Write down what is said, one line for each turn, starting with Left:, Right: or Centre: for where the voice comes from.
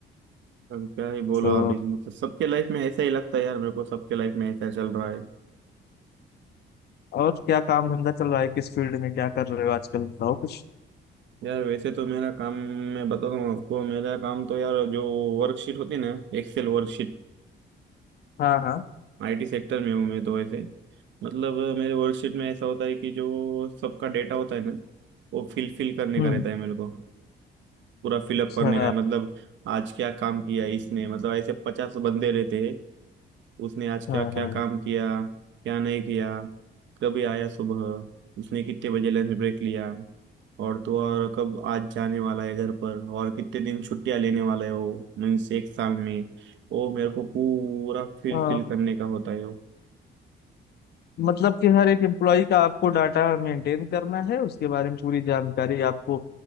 Right: अब क्या ही बोलो
Left: तो
Right: आप इस मतलब सबके लाइफ में ऐसा ही लगता है यार मेरे को सबके लाइफ में ऐसा चल रहा है
Left: और क्या काम धंधा चल रहा है किस फील्ड में क्या कर रहे हो आजकल बताओ कुछ
Right: यार वैसे तो मेरा काम मैं बताता हूँ आपको मेरा काम तो यार जो वर्कशीट होती है ना एक्सेल वर्कशीट
Left: हाँ हाँ
Right: आईटी सेक्टर में हूँ मैं तो ऐसे मतलब मेरे वर्कशीट में ऐसा होता है कि जो सबका डेटा होता है ना वो फिल फिल करने
Left: हम्म
Right: का रहता है मेरे को पूरा फिलअप
Left: अच्छा
Right: करने का है मतलब आज क्या काम किया इसने मतलब ऐसे पचास बंदे रहते हैं उसने आज
Left: हाँ
Right: क्या क्या
Left: हाँ
Right: काम किया क्या नहीं किया कभी आया सुबह उसने कितने बजे लंच ब्रेक लिया और तो और कब आज जाने वाला है घर पर और कितने दिन छुट्टियां लेने वाला है वो मीन्स एक साल में वो मेरे को पूरा फिल
Left: हाँ
Right: फिल करने का होता है वो
Left: मतलब कि हर एक एम्प्लॉय का आपको डाटा मेंटेन करना है उसके बारे में पूरी जानकारी आपको